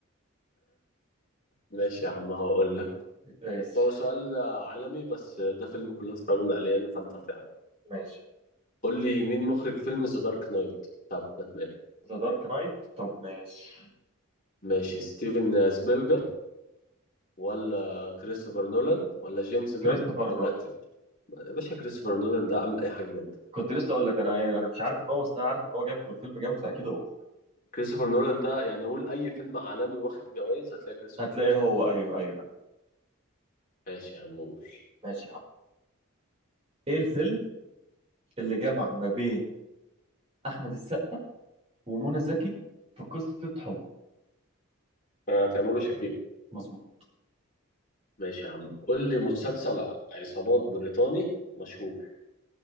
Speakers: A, on the left; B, on the right.
A: ماشي يا عم هقول لك
B: ماشي
A: هو سؤال عالمي بس ده فيلم كلنا اتفرجنا عليه انا فانت هتعرف
B: ماشي
A: قول لي مين مخرج فيلم ذا دارك نايت بتاع باتمان
B: ذا دارك نايت طب ماشي
A: ماشي ستيفن سبيلجر ولا كريستوفر نولان ولا جيمس جان
B: كريستوفر
A: ولا
B: نولان
A: ت... يا باشا كريستوفر نولان ده عامل اي حاجه جامده
B: كنت لسه اقول لك انا ايه، انا مش عارف ان هو بس انا عارف ان هو جامد والفيلم جامد فاكيد هو
A: كريستوفر نولان ده يعني قول اي فيلم عالمي واخد جوائز هتلاقي كريستوفر
B: هتلاقيه
A: نولان
B: هو ايوه ايوه ايوه
A: ماشي يا عم قول
B: ماشي يا عم ايه الفيلم اللي جمع ما بين احمد السقا ومنى زكي في قصه حب
A: آه، هتعمله شفيقة
B: مظبوط
A: ماشي يا عم قول لي مسلسل عصابات بريطاني مشهور